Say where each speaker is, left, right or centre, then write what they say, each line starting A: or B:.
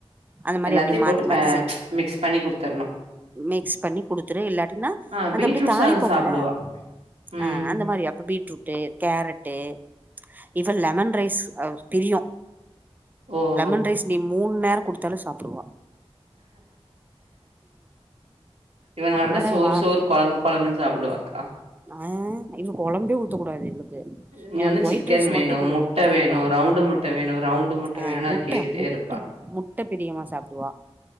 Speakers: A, on the right; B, on the right.
A: அந்த மாரி
B: எல்லாத்தையு
A: அப்டியே மாத்தி
B: போட்டு
A: மாத்தி
B: பே
A: செஞ்சு
B: மிக்ஸ் பண்ணி குடுத்தரணு
A: மிக்ஸ் பண்ணி குடுத்துரு இல்லாட்டினா
B: ஆ
A: அந்த
B: பீட்ரூட்
A: அப்டியே தாளிப்போமுல
B: சாதோ சாப்டுவா ம்
A: ஆ அந்த மாரி அப் ரூட்டு கேரட்டு இவ லெமன் ரைஸ் அது ஒரு பிரியம்
B: ஓ
A: லெமன்
B: ஓ
A: ரைஸ் நீ மூண் நேர குடுத்தாலு சாப்புடுவா
B: இவ நல்லா
A: அதனால
B: சோறு
A: வா
B: சோறு கொழம்பு கொழம்புன்னு சாப்புடுவாக்கா
A: ஆ இவ கொழம்பே ஊத்தக்கூடாது இவளுக்கு
B: இன்னொன்னு
A: எனக்கு ஒயிட்
B: சிக்கன்
A: ரைஸ்
B: வேணு
A: மட்டு கொடு
B: முட்ட
A: அப்டிம்பா
B: வேணு ரவுண்டு முட்ட வேணு ரவுண்டு முட்ட
A: ஆ
B: வேணுன்னு அது
A: முட்ட
B: கேட்டுட்டே
A: முட்ட
B: இருப்பா
A: முட்ட பிரியமா சாப்டுவா